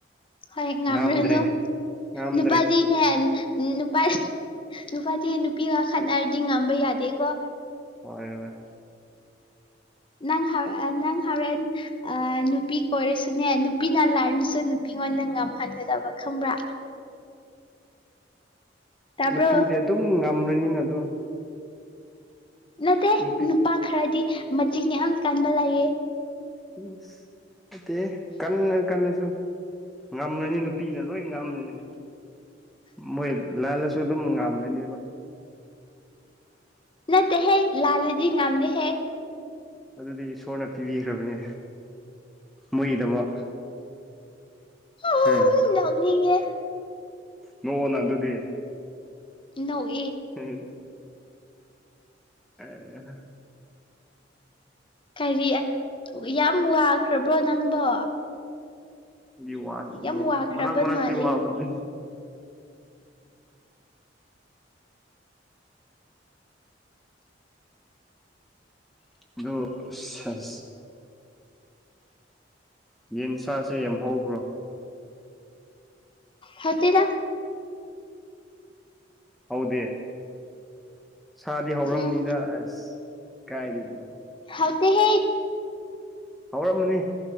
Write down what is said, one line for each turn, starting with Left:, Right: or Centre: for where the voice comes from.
Left: ꯍꯣꯏ ꯉꯝꯔꯅꯨ
Centre: ꯉꯝꯗ꯭ꯔꯦ ꯉꯝꯗ꯭ꯔꯦ
Left: ꯅꯨꯄꯥꯗꯤ ꯅꯦ ꯅꯨꯄꯥ ꯅꯨꯄꯥꯗꯤ ꯅꯨꯄꯤꯒ ꯈꯠꯅꯔꯗꯤ ꯉꯝꯕ ꯌꯥꯗꯦꯀꯣ
Centre: ꯍꯣꯏ
Left: ꯅꯪ ꯍ ꯅꯪ ꯍꯔ ꯑ ꯅꯨꯄꯤ ꯀꯣꯏꯔꯁꯨꯅꯦ ꯅꯨꯄꯤꯅ ꯂꯥꯏꯅꯁꯨ ꯅꯨꯄꯤꯉꯣꯟꯗ ꯉꯝꯍꯟꯒꯗꯕ ꯈꯪꯕ꯭ꯔꯥ ꯇꯥꯕ꯭ꯔꯣ
Centre: ꯅꯨꯄꯤꯗꯤ ꯑꯗꯨꯝ ꯉꯝꯂꯅꯤꯅ ꯑꯗꯨ
Left: ꯅꯠꯇ
Centre: ꯅꯨꯠꯇ
Left: ꯄꯥꯛ ꯈꯔꯗꯤ ꯃꯇꯆꯤ ꯌꯥꯝ ꯀꯟꯕ ꯂꯥꯛꯌꯦꯦ
Centre: ꯎ ꯀꯟꯅ ꯀꯟꯅꯁꯨ ꯉꯝꯂꯅꯤ ꯅꯨꯄꯤꯅ ꯂꯣꯏ ꯉꯝꯂꯅꯤ ꯃꯣꯏ ꯂꯜꯂꯁꯨ ꯑꯗꯨꯝ ꯉꯥꯝꯅꯅꯦꯕ
Left: ꯅꯠꯇ ꯍꯦ ꯂꯥꯂꯖꯤ ꯉꯝꯗꯦ ꯍꯦ
Centre: ꯑꯗꯨꯗꯤ ꯏꯁꯣꯔꯅ ꯄꯤꯕꯤꯈ꯭ꯔꯕꯅꯤ ꯃꯣꯏꯒꯤꯗꯃꯛ
Left: ꯎ
Centre: ꯎꯝ
Left: ꯅꯦ
Centre: ꯅꯣꯛꯑꯣꯅ ꯑꯗꯨꯗꯤ
Left: ꯏ
Centre: ꯍ ꯑ
Left: ꯀꯔꯤ ꯌꯥꯝ ꯋꯥꯈ꯭ꯔꯕ꯭ꯔꯣ ꯅꯪꯕꯣ
Centre: ꯑꯩꯗꯤ ꯋꯥꯗꯗꯣ
Left: ꯌꯥꯝ ꯋꯥꯈ꯭ꯔꯕ
Centre: ꯃꯔꯛ ꯃꯔꯛꯇꯤ
Left: ꯃꯥꯜꯂꯤ
Centre: ꯋꯥꯕꯅꯤ ꯑ ꯌꯦꯟꯁꯥꯁꯦ ꯌꯥꯝ ꯍꯧꯕ꯭ꯔꯣ
Left: ꯍꯆꯦꯔ
Centre: ꯍꯧꯗꯦ ꯁꯥꯗꯤ ꯍꯧꯔꯝꯅꯤꯗ
Left: ꯎꯝ
Centre: ꯑꯁ ꯀꯥꯏꯔꯤꯅ
Left: ꯍꯥꯎꯗꯤ ꯍꯦ
Centre: ꯍꯧꯔꯝꯃꯅꯤ